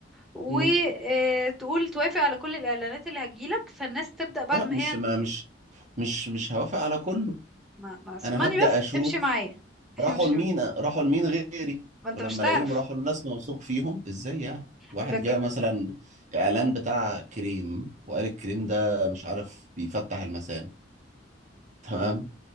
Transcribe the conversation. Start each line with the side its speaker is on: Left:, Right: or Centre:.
Centre: وتقول
Right: مم.
Centre: توافق على كل الإعلانات اللي هتجيلك فالناس تبدأ بعد
Right: لا
Centre: ما
Right: مش
Centre: هي انت
Right: ما مش مش مش هوافق على كله
Centre: ما, ما اسمعني
Right: انا هبدأ
Centre: بس
Right: اشوف
Centre: امشي معايا <laughs>
Right: راحوا
Centre: امشي
Right: لمين
Centre: مع-
Right: راحوا لمين غيري
Centre: ما انت
Right: ولما
Centre: مش تعرف
Right: الاقيهم راحوا لناس موثوق فيهم ازاي يعني واحد
Centre: بك...
Right: جاء مثلا اعلان بتاع كريم وقال الكريم ده مش عارف بيفتح المسام تمام